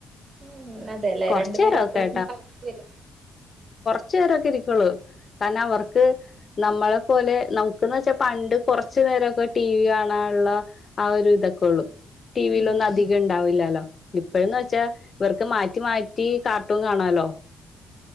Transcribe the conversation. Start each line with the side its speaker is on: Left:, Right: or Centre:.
Right: ഉം അതെല്ലേ
Left: കൊറച്ചേരൊക്കെ
Right: രണ്ടു പേരും ഒപ്പ ഇരുന്ന് കളിക്കുലേ
Left: ച്ചിരൊക്കെ ഇരിക്കുള്ളൂ കാരണ അവർക്ക് നമ്മളെ പോലെ നമുക്ക്ന്ന് വച്ചാ പണ്ട് കൊറച്ചു നേരമൊക്കെ ടി വി കാണാനുള്ള ആ ഒരു ഇതൊക്കെ ഉള്ളു ടിവിലൊന്നും
Right: ഉം
Left: അധികം ഇണ്ടാവില്ലല്ലോ ഇപ്പോഴന്ന് വെച്ചാ ഇവർക്ക് മാ റ്റി മാറ്റി കാർട്ടൂൺ കാണാലോ